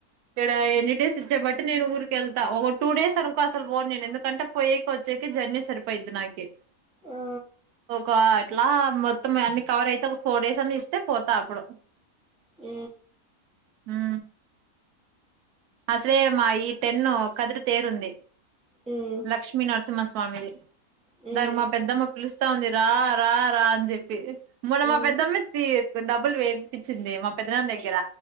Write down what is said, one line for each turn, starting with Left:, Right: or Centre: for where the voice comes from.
Right: ఇక్కడ ఎన్ని డేస్ ఇచ్చే బట్టి నేను ఊరికి వెళ్తా, ఒక టూ డేస్ అనుకో అసలు పోన్ నేను ఎందుకంటే పోయకి వచ్చేకి జర్నీ సరిపోయిద్ది నాకి.
Centre: ఆ
Right: ఒకా ట్ అట్లా మొత్తం అన్ని కవర్ అయితే ఒక ఫోర్ డేస్ అన్ని ఇస్తే పోతా అప్పుడు
Centre: మ్
Right: మ్ అసలే మా ఈ టెన్ కదిరి తేరుంది
Centre: మ్మ్
Right: లక్ష్మీ నరసింహమాస్ పామిది
Centre: మ్మ్
Right: దాని మా పెద్దమ్మ పిలుస్ ఇస్తా ఉంది రా రా రా అని జెప్పి మొన్న
Centre: మ్మ్
Right: మా పెద్దమ్ ఇత్తి డబ్ డబ్బుల్ వేపిచింది మా పెద్దనాన్న దగ్గర